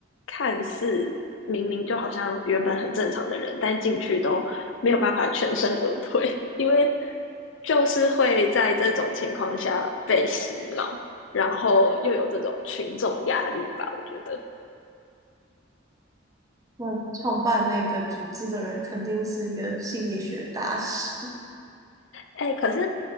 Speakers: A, on the left; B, on the right.
A: 看似明明就好像原本很正常的人，但进去都没有办法全身而退，因为就是会在这种情况下被洗脑，然后又有这种群众压力吧，我觉得。
B: 那创办那个组织的人肯定是一个心理学大师，
A: 哎，可是